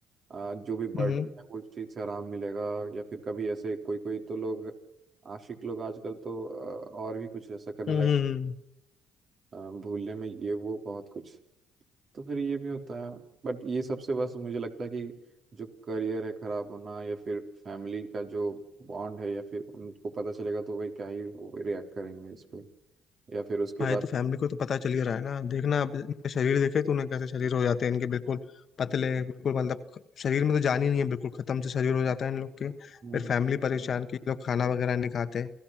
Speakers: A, on the right; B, on the left.
A: आ, जो भी बर्डन
B: हम्म हम्म
A: है उस चीज से आराम मिलेगा या फिर कभी ऐसे कोई कोई तो लोग आशिक लोग आजकल तो आ, और भी कुछ ऐसा करने
B: हम्म,
A: लगे
B: हम्म, हम्म।
A: आ, भूलने में ये वो बहुत कुछ तो फिर ये भी होता है बट ये सबसे बस मुझे लगता है कि जो करियर है खराब होना या फिर फैमिली का जो बॉन्ड है या फिर उनको पता चलेगा तो भाई क्या ही वो रिएक्ट करेंगे इस पे या फिर उसके
B: भाई
A: बाद
B: तो फैमिली को तो पता चल ही रहा है ना देखना अब इनका शरीर देखे तूने कैसे शरीर हो जाते हैं इनके बिल्कुल पतले बिल्कुल मतलब शरीर में तो जान ही नहीं है बिल्कुल खत्म से शरीर हो जाता है इन लोग के
A: हम्म,
B: फिर फैमिली परेशान की लोग खाना वगैरह नहीं खाते